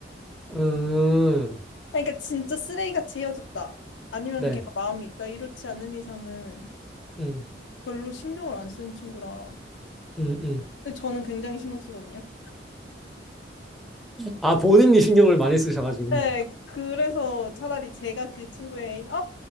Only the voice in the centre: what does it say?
음,
네.
음,
음, 음.
아, 본인이 신경을 많이 쓰셔가지고.